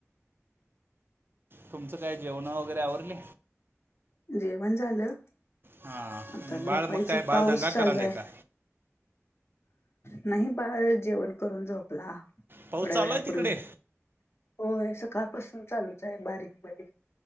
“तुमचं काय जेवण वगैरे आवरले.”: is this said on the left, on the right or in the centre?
Right